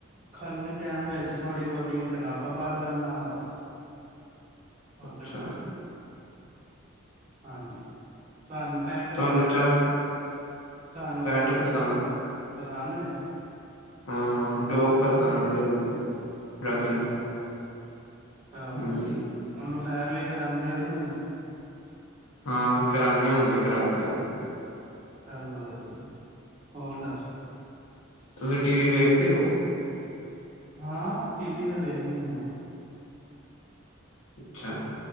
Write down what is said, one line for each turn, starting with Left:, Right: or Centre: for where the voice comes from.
Right: ਖਾਲੀ ਟੈਮ ਵਿੱਚ, ਥੋੜ੍ਹੀ ਬਹੁਤੀ ਕਿਤਾਬਾਂ ਪੜ੍ਹ ਲੈਣਾ ਬਸ।
Left: <inaudible>
Right: ਹੋਰ ਤੇ
Left: ਅੱਛਾ
Right: ਕੁਛ ਨਹੀਂ, ਹਾਂਜੀ। ਤੁਹਾਨੂੰ ਪੈਟ
Left: ਤੁਹਾਨੂੰ
Right: ਵਗੈਰਾ,
Left: ਚਾਹ
Right: ਤੁਹਾਨੂੰ
Left: ਪੈਟ ਪਸੰਦ
Right: ਜ ਪਸੰਦ ਨੇ?
Left: ਹੂੰ, ਡੋਗ ਪਸੰਦ ਏ ਮੈਨੂੰ। ਰੱਖਣੀ
Right: ਅਛ, ਚਲੋ ਹੋਰ
Left: ਹਮ
Right: ਜੀ, ਉਹਨੂੰ ਸੈਰ ਵੀ ਕਰਾਂਦੇ ਓ ਕੇ ਨਹੀਂ‌।
Left: ਹਾਂ ਕਰਾਣੇ, ਹੁਣੇ ਕਰਾ ਕੇ ਆਏ।
Right: ਚਲ ਵਧੀਆ, ਹੋਰ ਦੱਸ?
Left: ਤੁਸੀਂ ਟੀ ਵੀ ਵੇਖਦੇ ਹੋ?
Right: ਹਾਂ, ਟੀ ਵੀ ਤੇ ਵੇਖਣੀ ਆ।
Left: ਅੱਛਾ,